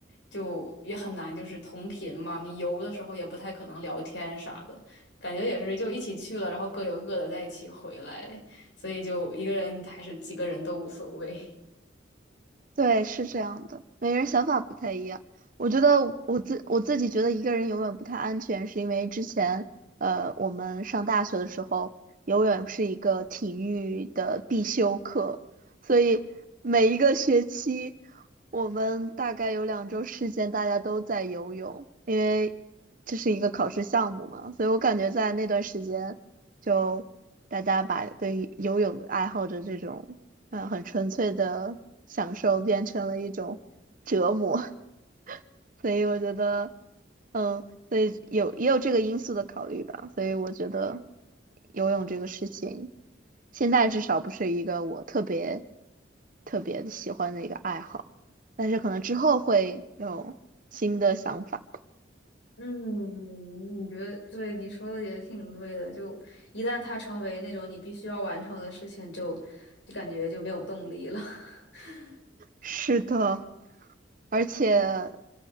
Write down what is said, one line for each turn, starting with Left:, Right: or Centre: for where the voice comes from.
Left: 就也很难就是同频嘛。你游的时候也不太可能聊天啥的，感觉也是就一起去了，然后各游各的在一起回来，所以就一个人还是几个人都无所谓。
Right: 对，是这样的，每个人想法不太一样。我觉得我自我自己觉得一个人游泳不太安全，是因为之前呃我们上大学的时候，游泳是一个体育的必修课，所以每一个学期我们大概有两周时间大家都在游泳，因为这是一个考试项目嘛，所以我感觉在那段时间就大家把对于游泳爱好者这种。嗯，很纯粹的享受变成了一种折磨，<laughs> 所以我觉得，嗯，所以有也有这个因素的考虑吧，所以我觉得游泳这个事情，现在至少不是一个我特别特别喜欢的一个爱好，但是可能之后会有新的想法。
Left: 嗯，你觉得对，你说的也挺对的。就一旦它成为那种你必须要完成的事情，就就感觉就没有动力了。<laughs>
Right: 是的。而且
Left: 对